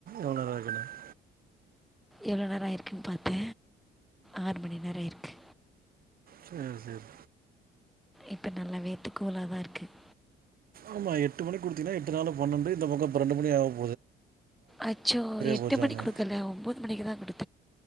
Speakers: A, on the right; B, in the centre.
A: எவ்ள நர இருக்குண்ணு <unintelligible>
B: எவ்ளோ நேர ஆயிருக்குன்னு பாத்தே ஆறு மணி நேர இருக்கு
A: சேரி சேரி
B: இப்ப நல்ல வேத்துக்கோலாதா இருக்கு <unintelligible>
A: ஆமா எட்டு மணி குடுத்தினா எட்டு நாலு பன்னெண்டு இந்த பக்க <unintelligible> ரெண்டு மணி ஆம் <unintelligible>
B: அச்சோ எட்டு
A: போச்சாமா
B: மணி குடுக்கல ஒன்பது மணிக்குதா குடுத்